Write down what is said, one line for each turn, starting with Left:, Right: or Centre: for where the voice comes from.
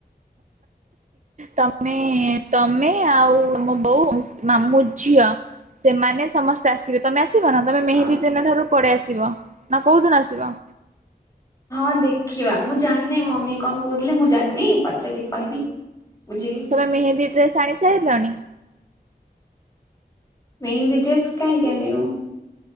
Right: ତମେ ମେ, ତମେ ଆଉ ମୋ ବୋଉ ମାମୁଁ ଝିଅ। ସେମାନେ ସମସ୍ତେ ଆସିବେ, ତମେ ଆ ଆସିବ ନା ତମେ ମେହେନ୍ଦୀ
Left: ଅ
Right: ଦିନ ଠାରୁ ପଳେଇ ଆସିବ ନା କୋଉଦିନ ଆସିବ?
Left: ହଁ ଦେଖିବା, ମୁଁ ଜାଣିନି ମମି କଣ କହୁଥିଲେ ମୁଁ ଜାଣିନି, ପଚାରିକି କହିବି। ବୁଝିକି
Right: ତମେ ମେହେନ୍ଦୀ ଡ୍ରେସ୍ ଆଣି ସାରିଲନି।
Left: ମେହେନ୍ଦୀ ଡ୍ରେସ୍ କାହିଁକି ଆଣିବି ମୁଁ?